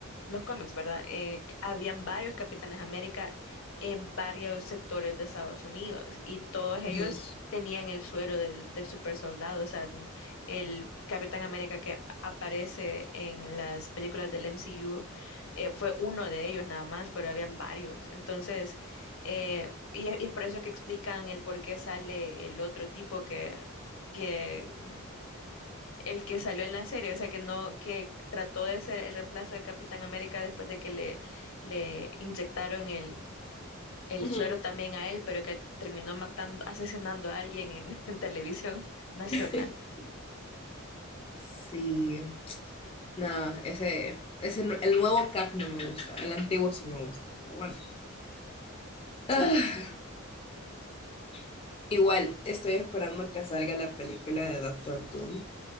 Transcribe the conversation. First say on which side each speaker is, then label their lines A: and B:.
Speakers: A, on the left (about 65°); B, on the left (about 25°).
A: los cómics, ¿verdad? Eh, habían varios Capitanes América en varios sectores de Estados Unidos y todos ellos
B: Ujú.
A: tenían el suero del, del super soldado. O sea, n- el Capitán América que ap- aparece en las películas del MCU eh, fue uno de ellos nada más, pero habían varios. Entonces, eh, y, y es por eso que explican el por qué sale el otro tipo que que el que salió en la serie, o sea, que no, que trató de ser el reemplazo de Capitán América después de que le, le inyectaron el, el
B: Ujú.
A: suero también a él, pero que terminó matando, asesinando a alguien en, <laughs> en televisión nacional.
B: <laughs> Sí, no, ese, ese, no- el nuevo Cap no me gusta. El antiguo sí me gusta, pero bueno.
A: Sí,
B: Ah, <clears throat> igual estoy esperando que salga la película de Doctor Doom.